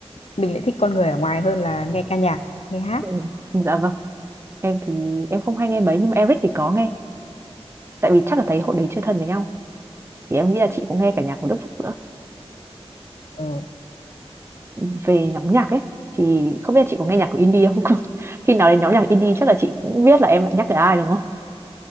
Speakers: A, on the left; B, on the right.
A: mình lại thích con người ở ngoài hơn là nghe ca nhạc nghe hát
B: ừ, dạ vâng em thì em không hay nghe mấy nhưng mà Eric thì có nghe tại vì chắc là thấy hội đấy chưa thân với nhau thì em nghĩ là chị cũng nghe cả nhạc của Đức Phúc nữa
A: ừ.
B: Ừm, về nhóm nhạc ấy thì không biết là chị có nghe nhạc của indie không <laughs> khi nào đến nhóm nhạc indie chắc là chị cũng biết là em lại nhắc tới ai đúng không